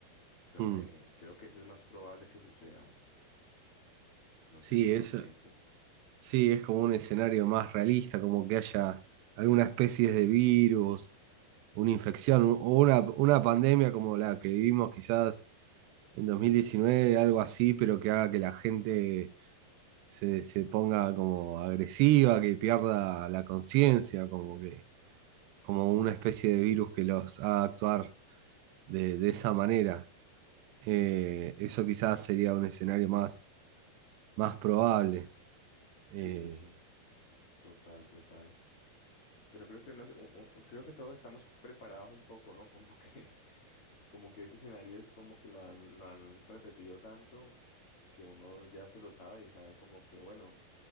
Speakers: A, on the left (about 35°); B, on the right (about 90°).
A: Creo
B: mm.
A: que, creo que eso es más probable que suceda. No
B: Sí,
A: sé tú
B: es,
A: qué pienses.
B: sí, es como un escenario más realista, como que haya alguna especie de virus, una infección un- o una, una pandemia como la que vivimos quizás en 2019, algo así, pero que haga que la gente se, se ponga como agresiva, que pierda la conciencia, como que, como una especie de virus que los haga actuar de, de esa manera. Eh, eso quizás sería un escenario más, más probable. Eh,
A: Sí, sí, sí. Total, total. Pero creo que uno u- u- creo que todos estamos preparados un poco, ¿no? Como que, <laughs> como que ese escenario es como que lo han, lo han repetido tanto que uno ya se lo sabe y sabe como que, bueno.